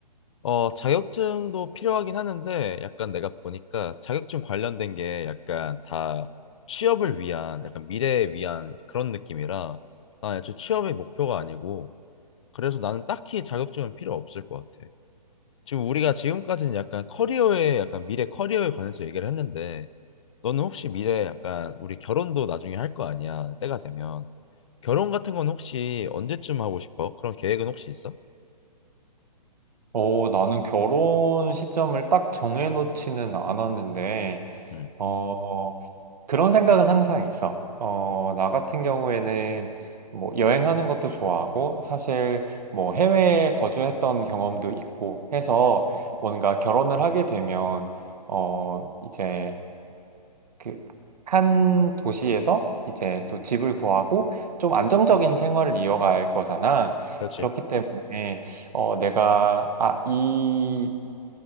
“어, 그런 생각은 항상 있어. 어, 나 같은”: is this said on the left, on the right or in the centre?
Right